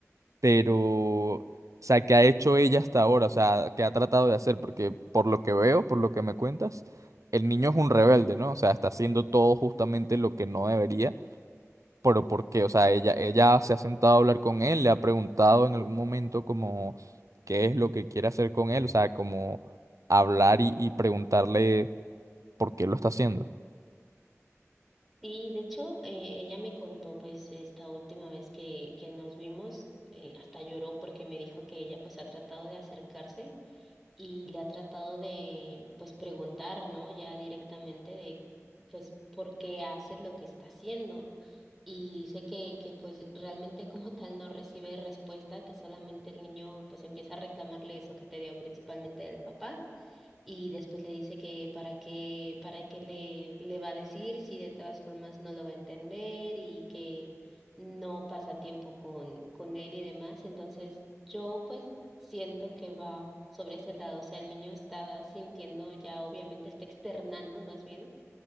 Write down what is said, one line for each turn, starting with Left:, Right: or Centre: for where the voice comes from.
Right: pero, o sea, ¿qué ha hecho ella hasta ahora? O sea, ¿qué ha tratado de hacer? Porque por lo que veo, por lo que me cuentas, el niño es un rebelde, ¿no? O sea, está haciendo todo justamente lo que no debería, pero ¿por qué? O sea, ella, ella se ha sentado a hablar con él, le ha preguntado en algún momento como qué es lo que quiere hacer con él, o sea, como hablar y, y preguntarle por qué lo está haciendo.
Centre: Sí, de hecho, eh, ella me contó pues esta última vez que, que nos vimos, eh, hasta lloró porque me dijo que ella pues ha tratado de acercarse y le ha tratado de pues preguntar, ¿no? Ya directamente de pues por qué hace lo que está haciendo y dice que, que pues realmente como tal no recibe respuesta, que solamente el niño pues empieza a reclamarle eso que te dio principalmente del papá y después le dice que para qué, para qué le, le va a decir si de todas formas no lo va a entender y que no pasa tiempo con, con él y demás. Entonces yo pues siento que va sobre ese lado, o sea, el niño está sintiendo ya, obviamente está externando más bien,